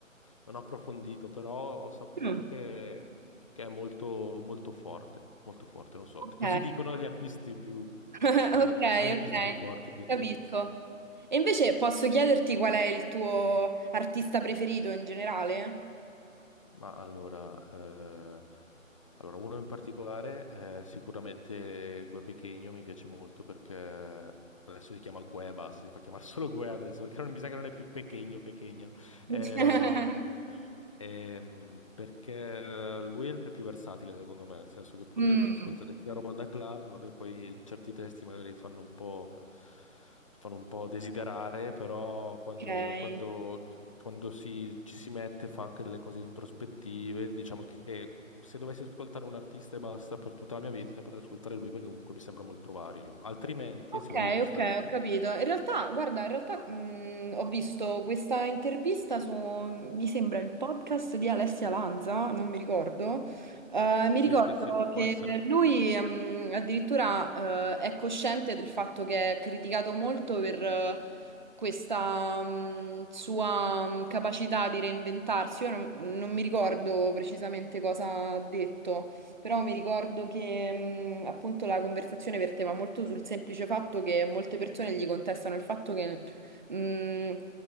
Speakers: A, on the left; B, on the right.
A: non ho approfondito, però ho saputo
B: Mm.
A: che, che è molto, molto forte, molto forte, non so.
B: Ok,
A: Così dicono gli artisti più,
B: <laughs>
A: tra
B: ok,
A: i- gli artisti
B: ok,
A: più forti, quindi...
B: capisco. E invece posso chiederti qual è il tuo artista preferito in generale?
A: Ma allora, eh, allora, uno in particolare, eh, sicuramente Gue Pequeno mi piace molto perché adesso si chiama Gue, basta, si fa chiamare <laughs> solo Gue adesso perché non mi sa che non è più Pequeno, Pequeno.
B: <laughs>
A: Eh, Ehm, perché eh, lui è il è più versatile, secondo me, nel senso che puoi
B: Mm,
A: ascoltare sia roba da club, vabbè, poi certi testi magari fanno un po', fanno un po' desiderare, però quando,
B: ok,
A: quando- quando si- ci si mette fa anche delle cose introspettive. Diciamo che se dovessi ascoltare un artista e basta per tutta la mia vita, potrei ascoltare lui perché comunque mi sembra molto vario. Altrimenti,
B: Ok,
A: se vogliamo stare
B: ok,
A: su...
B: ho capito. In realtà, guarda, in realtà mh, ho visto questa intervista su, mi sembra, il podcast di Alessia Lanza, non mi ricordo. Eh, mi
A: Sì,
B: ricordo
A: sì, sì,
B: che
A: può essere.
B: lui mh, addirittura eh, è cosciente del fatto che è criticato molto per eh, questa mh, sua mh, capacità di reinventarsi. Io non non mi ricordo precisamente cosa ha detto però mi ricordo che mh, appunto la conversazione verteva molto sul semplice fatto che molte persone gli contestano il fatto che mh,